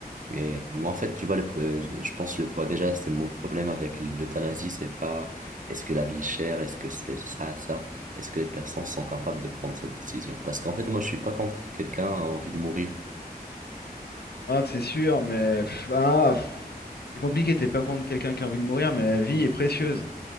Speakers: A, on the right; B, on the left.
A: Et moi, en fait, tu vois, le, euh, je pense que je vois déjà, c'est mon problème avec l'euthanasie, c'est pas est-ce que la vie est chère, est-ce que c'est ça, ça, est-ce que les personnes sont capables de prendre cette décision? Parce qu'en fait, moi, je suis pas contre que quelqu'un a envie de mourir.
B: Ah, c'est sûr, mais. pff, ah, pff, c'est compliqué. T'es pas contre quelqu'un qui a envie de mourir, mais la vie est précieuse.